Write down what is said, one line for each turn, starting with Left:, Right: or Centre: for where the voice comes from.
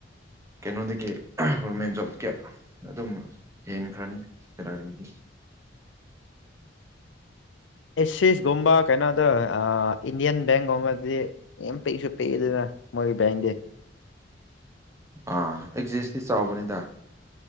Right: ꯀꯩꯅꯣꯗꯒꯤ ꯒꯣꯔꯃꯦꯟ ꯖꯣꯕ ꯀ ꯑꯗꯨꯝ ꯍꯦꯟꯈ꯭ꯔꯅꯤ ꯁꯦꯂꯔꯤꯒꯤ
Left: ꯑꯦꯛꯁꯤꯁꯀꯨꯝꯕ ꯀꯩꯅꯣꯗ ꯏꯟꯗꯤꯌꯥꯟ ꯕꯦꯡꯒꯨꯝꯕꯗꯤ ꯑ ꯄꯩꯁꯨ ꯄꯦꯗꯅ ꯃꯣꯏꯒꯤ ꯕꯦꯟꯗꯤ
Right: ꯑꯥ ꯑꯦꯛꯖꯤꯁꯇꯤ ꯆꯥꯎꯕꯅꯤꯗ